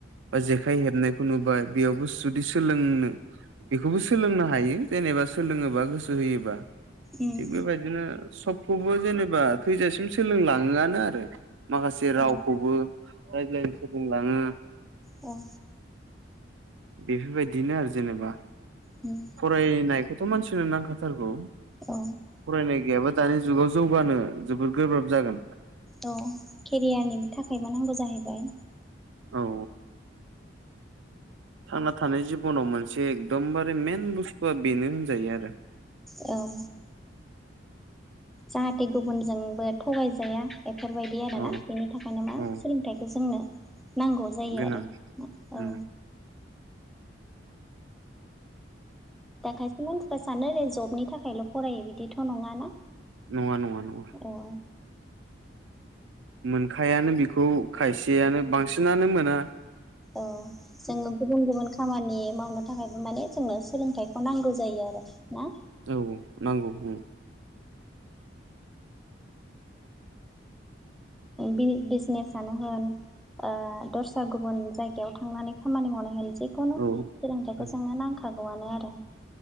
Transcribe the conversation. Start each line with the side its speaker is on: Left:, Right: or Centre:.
Right: बा जेखाइ हेबनायखौनो बा बेयावबो जुदि सोलोंनो बेखौबो सोलोंनो हायो जेनेबा सोलोङोबा गोसो होयोबा
Centre: उम
Right: थिग बेबायदि बिदिनो सबखौबो जेनेबा थैजासिम सोलोंलाङानो आरो माखासे रावखौबो
Centre: औ
Right: रायज्लायनो फोरोलोंलाङो
Centre: ओं
Right: बेफोरबायदिनो आरो जेनेबा
Centre: उम
Right: फरायनायखौथ' मानसिनो नांखाथारगौ
Centre: औ
Right: फरायनाय गैयाबा दानि जुगाव जौगानो जोबोद गोब्राब जागोन
Centre: औ केरियारनि थाखायबो नांगौ जाहैबाय
Right: औ थांना थानाय जिब'नाव मोनसे एकदमबारे मेन बुस्थुआ बेनो होनजायो आरो
Centre: औ जाहाथे गुबुनजोंबो थगायजाया बेफोरबायदि आरोना
Right: औ
Centre: बेनि थाखायनो मा
Right: औ
Centre: सोलोंथाइखौ जोंनो नांगौ जायो
Right: गोनां
Centre: आरो औ
Right: उम
Centre: दा खायसे मानसिफ्रा सानो आरो जबनि थाखायल' फरायो बिदिथ' थ' नङाना
Right: नङा नङा नङा
Centre: औ
Right: मोनखायानो बिखौ खायसेयानो बांसिनानो मोना
Centre: औ जोङो गुबुन गुबुन खामानि मावनो थाखायबो माने जोंनो सोलोंथाइखौ नांगौ जायो आरो ना
Right: औ नांगौ उम
Centre: ज बिजनेसनो होन ओ दस्रा गुबुन जायगायाव थांनानै खामानि मावनाय होनसै जिखुनु
Right: औ
Centre: सोलोंरोंथाइखौ
Right: उम
Centre: जोंनो नांखागौआनो आरो